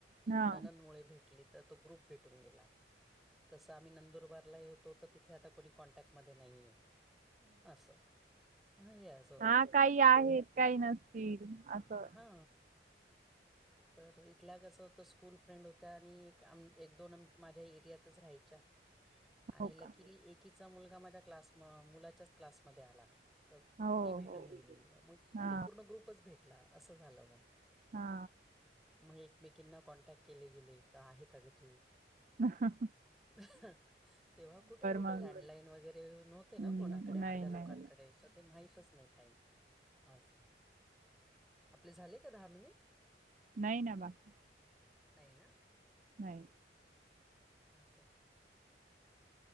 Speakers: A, in the centre; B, on the right.
A: एक
B: हा
A: ननंदमुळे भेटली तर तो ग्रुप भेटून गेला. तसं आम्ही नंदुरबारला होतो तर तिथे आता कोणी कॉन्टॅक्टमध्ये नाही आहे असं. ह येस.
B: हा काही आहेत काही नसतील असं.
A: हा. तर इथल्या कसं होतं स्कूल फ्रेंड होत्या आणि एक दोन माझ्या एरियातच राहायच्या. आणि
B: हो
A: लकीिली
B: का
A: एकीचा मुलगा माझ्या क्लास मुलाच्याच क्लासमध्येध्ये आला. तर
B: हो
A: ती भेटून
B: हो
A: गेली मग
B: हा
A: तो पूर्ण ग्रुपच भेटला असं झालं मग
B: हा
A: म्हणज एकमेकींना कॉन्टॅक्ट केले गेले का आहे का ग तू
B: ह.
A: तेव्हा कुठे एवढं
B: मग
A: लँडलाईन वगैरे नव्हते ना
B: हम्म
A: कोणाकडे अर्ध्या
B: नाही
A: लोकांकडे
B: नाही
A: डे तर ते माहितच नाही काही असं. आपले झाले का दहा मिनिट
B: नाही ना बाकी
A: नाही ना.
B: नाही.
A: हच सर.